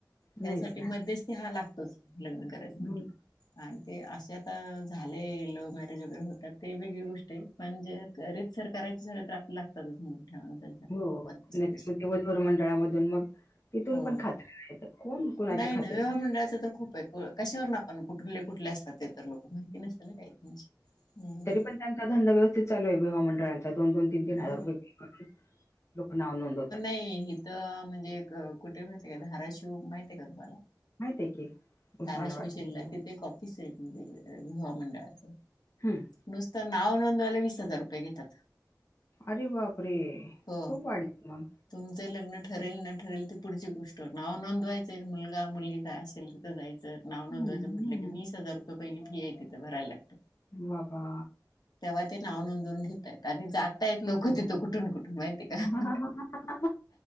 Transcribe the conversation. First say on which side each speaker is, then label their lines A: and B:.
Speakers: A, on the left (about 70°); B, on the left (about 40°).
A: ह्याज्यासाठी
B: नाहीच ना
A: मध्यस्थी हा लागतोच. लग्न करायचं म्हटलं
B: मग
A: आणि ते असे आता झाले लव्ह मॅरेज वगैरे होतात ते वेगळी गोष्ट आहे. पण जे रीतसर करायचं झालं तर आपल्या लागतातच <unintelligible>
B: हो
A: मध्यस्थी
B: नाहीतर म ते वधुवर मंडळामधून मग तिथून
A: हो
B: पण खात्री नाहीत कोण कोणाची
A: नाही
B: खात्री
A: ना विवाह
B: <unintelligible>
A: मंडळाचं तर खूप आहे को कशावरनं आपण कुठुले कुठले असतात ते तर लोकं माहिती नसते ना काय त्यांची हम्म हम्म.
B: तरी पण त्यांचा धंदा व्यवस्थित चालू हाय विवाह मंडळांचा दोन-दोन तीन-तीन
A: हो
B: हजार रुपये फी भरून लोकं नाव नोंदवतात.
A: <unintelligible> हित म्हणजे एक कुठं माहितेय का धाराशिव माहितये का तुम्हाला?
B: माहितीय की उस्मानाबाद
A: धाराशिव जिल्हा
B: तिकडे
A: तिथे एक ऑफिस आहेे <unintelligible> विवाह मंडळाचं.
B: हम्म.
A: नुसत नाव नोंदवायला वीस हजार रुपये घेतात.
B: अरे बापरे!
A: हो.
B: खूप वाढले मग
A: तुमचं लग्न ठरेल न ठरेल ती पुढची गोष्ट नाव नोंदवायचंय मुलगा मुलगी काय असेल तिथं जायचं नाव
B: हम्म
A: नोंदवायचं म्हटलं
B: हम्म
A: की वीस हजार रुपये पहिली फी आहे तिथं भरायला लागतं.
B: बाबा.
A: तेव्हा ते नाव नोंदवून घेतायत आणि जातायेत लोकं तिथं कुठून कुठून माहितीय का?
B: <unintelligible>